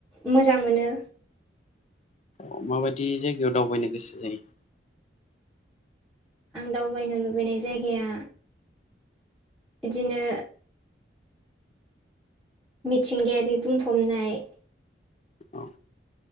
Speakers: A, in the centre; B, on the left (about 35°).
A: मोजां मोनो
B: अ
A: आरो
B: माबायदि जायगायाव दावबायनो गोसो जायो
A: आं दावबायनो लुबैनाय जायगाया इदिनो। मिथिंगायारि बुंफबनाय
B: औ